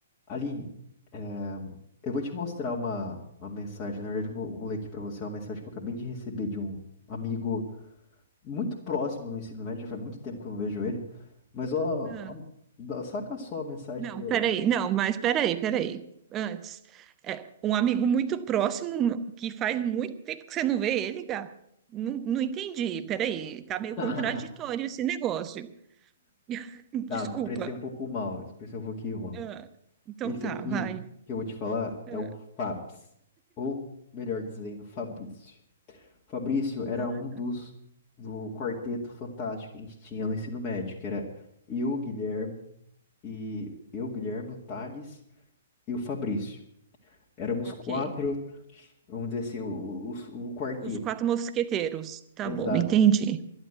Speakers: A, on the left; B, on the right.
A: Aline, é, eu vou te mostrar uma, uma mensagem. Na verdade, eu vou, vou ler aqui pra você é uma mensagem que eu acabei de receber de um amigo muito próximo no ensino médio. Já faz muito tempo que eu não vejo ele. Mas, ó,
B: Ah,
A: ó, dá- saca só a mensagem
B: não,
A: que eu.
B: peraí, não, mas peraí, peraí. Antes, é, um amigo muito próximo que faz muito tempo que você não vê ele, Gá. Não, não entendi, peraí, tá meio
A: <laughs>
B: contraditório esse negócio. <laughs>
A: Tá,
B: Desculpa.
A: me expressei um pouco mal. Expressei um pouquinho mal.
B: Ah, então
A: Esse
B: tá,
A: aqui
B: vai.
A: que eu vou te falar
B: Ah,
A: é o Fabs. Ou, melhor dizendo, Fabrício. Fabrício era
B: ah,
A: um dos do quarteto fantástico que a gente tinha no ensino médio, que era eu, Guilherme. e eu, Guilherme, o Thales e o Fabrício. Éramos
B: ok.
A: quatro, vamos dizer assim, o, o, o quarteto.
B: Os quatro mosqueteiros. Tá
A: Exato.
B: bom, entendi.